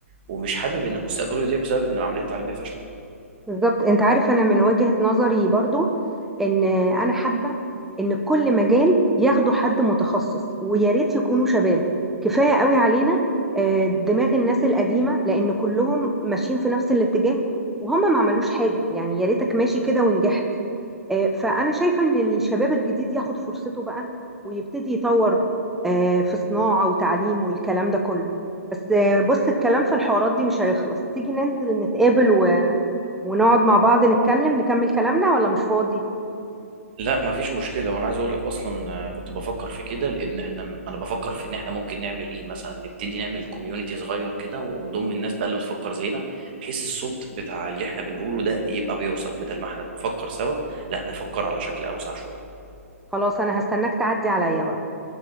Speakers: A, on the right; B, in the centre.
A: ومش حابب ان مستقبله يضيع بسبب ان العملية التعليمية فاشلة
B: بالظبط انت عارف انا من وجهة نظري برضو ان انا حابة ان كل مجال ياخدوا حد متخصص ويا ريت يكونوا شباب كفاية قوي علينا آه، دماغ الناس القديمة لان كلهم ماشيين في نفس الاتجاه وهم ما عملوش حاجة يعني يا ريتك ماشي كده ونجحت آه، فانا شايفة ان الشباب الجديد ياخد فرصته بقى ويبتدي يطور آه، في صناعة وتعليم والكلام ده كله بس آه، بص الكلام في الحوارات دي مش هيخلص تيجي ننزل نتقابل و ونقعد مع بعض نتكلم نكمل كلامنا ولا مش فاضي
A: لأ، ما فيش مشكلة، وأنا عايز أقول لك أصلًا آه، كنت بافكّر في كده، لإن إحنا م أنا بافكّر في إن إحنا ممكن نعمل إيه مثلًا، نبتدي نعمل community صغير كده ونضم الناس بقى اللي بتفكّر زينا، بحيث الصوت بتاع اللي إحنا بنقوله ده يبقى بيوصل، بدل ما إحنا بنفكّر سوا، لأ نفكّر على شكل أوسع شوية.
B: خلاص انا هستناك تعدي عليا بقى